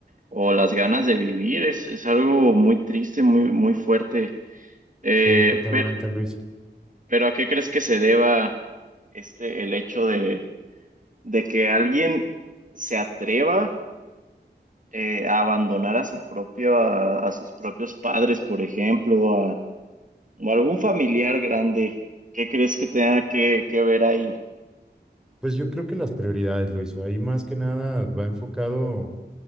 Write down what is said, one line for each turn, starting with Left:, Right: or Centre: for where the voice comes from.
Right: o las ganas de vivir. Es, es algo muy triste, muy, muy fuerte. Eh,
Centre: Sí, totalmente,
Right: pero,
Centre: Luisa.
Right: pero ¿a qué crees que se deba este, el hecho de, de que alguien se atreva eh, a abandonar a su propio, a, a sus propios padres, por ejemplo, a, o algún familiar grande? ¿Qué crees que tenga que, que ver ahí?
Centre: Pues yo creo que las prioridades, Luisa, ahí más que nada va enfocado